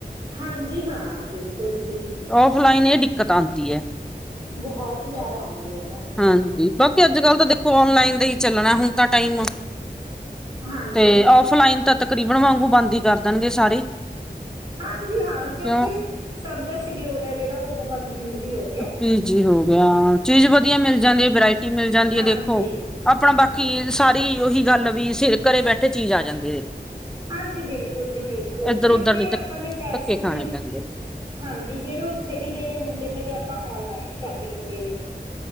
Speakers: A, on the right; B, in the centre.
A: ਹਾਂਜੀ-ਹਾਂ, ਬਿਲਕੁਲ ਜੀ।
B: ਔਫਲਾਈਨ ਇਹ ਡਿੱਕਤ ਆਂਦੀ ਏ।
A: ਬਹੁਤ ਜ਼ਿਆਦਾ ਆਉਂਦੀ ਹੈ, ਮੈਮ।
B: ਹਾਂਜੀ, ਬਾਕੀ ਅੱਜ-ਕੱਲ ਤਾਂ ਦੇਖੋ, ਔਨਲਾਈਨ ਦਾ ਹੀ ਚੱਲਣਾ ਹੁਣ ਤਾਂ ਟਾਈਮ।
A: ਹਾਂਜੀ
B: ਤੇ,
A: ਹਾਂ
B: ਔਫਲਾਈਨ ਤਾਂ ਤਕਰੀਬਨ ਵਾਂਗੂੰ ਬੰਦ ਹੀ ਕਰ ਦੇਣਗੇ, ਸਾਰੇ।
A: ਹਾਂਜੀ, ਹਾਂ,
B: ਕਿਉਂ
A: ਕਿਉਂਕਿ ਸਭ ਦਾ ਸੀਡਿਊਲ ਹੈ ਜਿਹੜਾ ਉਹ ਬਹੁਤ ਬਿਜ਼ੀ ਹੋ ਗਿਆ।
B: ਬੀਜੀ ਹੋ ਗਿਆ, ਚੀਜ਼ ਵਧੀਆ ਮਿਲ ਜਾਂਦੀ ਹੈ, ਵਰ੍ਹਾਇਟੀ ਮਿਲ ਜਾਂਦੀ
A: ਹਾਂਜੀ
B: ਹੈ, ਦੇਖੋ ਆਪਣਾ ਬਾਕੀ, ਸਾਰੀ ਉਹੀ ਗੱਲ ਵੀ, ਸਿਰ ਘਰੇ ਬੈਠੇ ਚੀਜ਼ ਆ ਜਾਂਦੀ ਏ, ਦੇ--ਫ
A: ਹਾਂਜੀ, ਬਿਲਕੁਲ ਜੀ, ਬਿਲਕੁਲ,
B: ਇੱਧਰ
A: ਕਿਉਂਕਿ
B: ਉਧਰ ਨੀ
A: ਆਪਾਂ ਨੇ ਪੈਸੇ
B: ਧੱਕੇ ਖਾਣੇ
A: ਨੇ।
B: ਪੈਂਦੇ
A: ਹਾਂਜੀ, ਜਿਹੜੇ ਉੱਥੇ ਵੀ ਦੇਣੇ ਹੁੰਦੇ ਨੇ, ਤੇ ਆਪਾਂ ਔਨਲਾਈਨ ਸ਼ੋਪਿੰਗ ਦੇ ਦੇਣੇ।